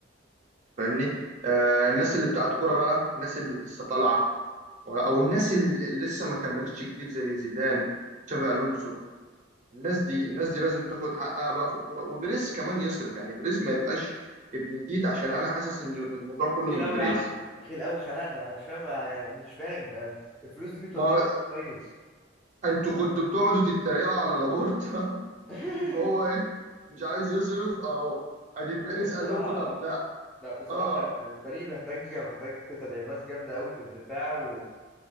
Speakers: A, on the right; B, in the centre.
A: فاهمني آه الناس اللي بتاعت كوره بقى الناس اللي لسه طالعه او الناس اللي لسه ما كملتش كتير زي زيدان تشافي الونسو الناس دي الناس دي لازم تاخد حقها بقى في الكوره وبريز كمان يصرف يعني بريز ما يبقاش ابن تيت عشان انا حاسس ان الموضوع كله
B: بخيل
A: من
B: قوي
A: بريز
B: يا عم بخيل قوي خلقنا انا مش فاهم يعني مش فاهم يعني الفلوس دي بتوديها
A: ما هو
B: فين طيب
A: انتوا كنتوا بتقعدوا تتريقوا على لابورتا <laughs>
B: <laughs>
A: إن هو ايه مش عايز يصرف اهو ادي بريز
B: يعني بصراحة
A: قال لكم طب لا
B: لا بصراحة
A: اه
B: الفريق محتاج محتاج تدعيمات جامدة أوي في الدفاع و...